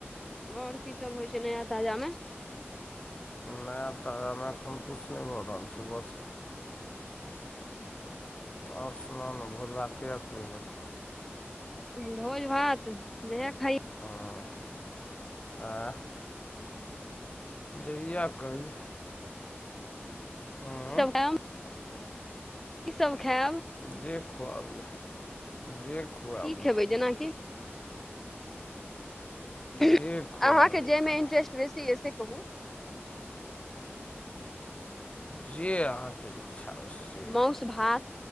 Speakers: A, in the centre; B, on the left (about 25°).
A: आओर की सब होइ छै नया ताजामे?
B: नय तऽमे एखन कुछ नय भऽ रहल छै बस ओर सुनलहु भोज भात कहिया खुएभा
A: भोज भात जहिया खाइ
B: हां आ जहिया कही हूँ
A: सब <unintelligible> की सब खाइब
B: जे खुआवीयौ जे खुआवीयौ
A: खेबै जेना की हुं
B: जे खुआबी
A: अहाँके जाहि
B: अहाँ
A: मे इंट्रेस्ट बेसी य से कहू
B: जे अहाँके इच्छा से
A: मौउस
B: करू
A: भात